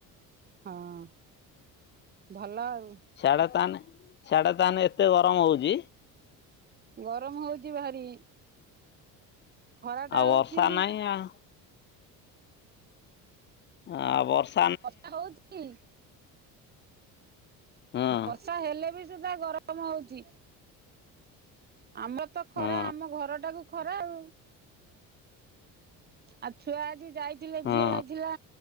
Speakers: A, on the right; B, on the left.
A: ହଁ ଭଲ ଆଉ।
B: ସିଆଡେ ତାହାନେ ସିଆଡେ ତାହାନେ ଏତେ ଗରମ ହଉଛି
A: ଗରମ ହଉଛି ଭାରି ଖରା ଟା
B: ଆଉ
A: ହଉଛି
B: ବର୍ଷା ନାହିଁ ଆଉ। ହଁ ବର୍ଷ
A: ବର୍ଷା ହେଉଛି।
B: ହଁ
A: ବର୍ଷା ହେଲେ ବି ସୁଧା ଗରମ ମ ହଉ ଆମ ତ ଖରା
B: ହଁ
A: ଆମ ଘର ଟାକୁ ଖରା ଆଉ। ଆଉ ଛୁଆ ଆଜି ଯାଇଥିଲେ
B: ହଁ
A: ଝିଅ ଯାଇଥିଲା